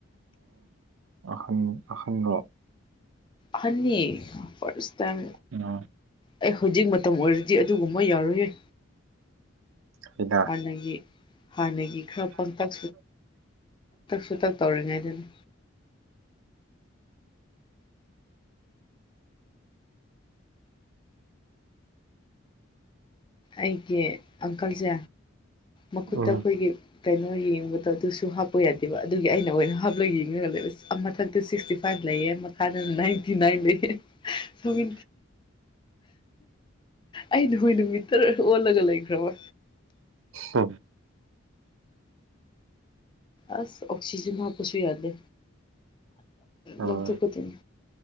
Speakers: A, on the right; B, on the left.
A: ꯑ ꯑꯟ ꯑꯈꯟꯗ
B: ꯍꯥꯏꯅꯤ ꯐꯁ ꯇꯥꯏ
A: ꯎ
B: ꯑꯩ ꯍꯧꯖꯤꯛ ꯃꯇꯝ ꯑꯣꯏꯔꯗꯤ ꯑꯗꯨꯒꯨꯝꯕ ꯌꯥꯔꯨꯌꯦꯦ
A: ꯁꯤꯗ
B: ꯍꯥꯟꯅꯒꯤ ꯍꯥꯟꯅꯒꯤ ꯈꯔ ꯄꯪꯇꯛ ꯇꯛꯁꯨꯨ ꯇꯛ ꯇꯧꯔꯤꯉꯩꯗꯅ ꯑꯩꯒꯤ ꯑꯪꯀꯜꯁꯦ ꯃꯈꯨꯠꯇ
A: ꯎꯝ
B: ꯑꯩꯈꯣꯏꯒꯤ ꯀꯩꯅꯣ ꯌꯦꯡꯕꯗꯣ ꯑꯗꯨꯁꯨ ꯍꯥꯞꯄ ꯌꯥꯗꯦꯕ ꯑꯗꯨꯒꯤ ꯑꯩꯅ ꯑꯣꯏꯅ ꯍꯥꯞꯂꯒ ꯌꯦꯡꯉꯒ ꯂꯩꯕ ꯃꯊꯛꯇ ꯁꯤꯛꯁꯇꯤ ꯐꯥꯏꯚ ꯂꯩꯌꯦ ꯃꯈꯥꯗ ꯅꯥꯏꯟꯇꯤ ꯅꯥꯏꯟ ꯂꯩꯌꯦ ꯁꯧꯦ ꯑꯩ ꯅ ꯍꯣꯏ ꯅꯨꯃꯤꯠ ꯑꯣ ꯑꯒ ꯂꯒ ꯔ꯭ꯔꯕ
A: ꯑ
B: ꯑꯁ ꯑꯣꯛꯁꯤꯖꯟ ꯍꯥꯞꯄꯁꯨ ꯌꯥꯗꯦ
A: ꯎꯝ
B: ꯂꯧꯊꯣꯛꯄꯗꯅꯤ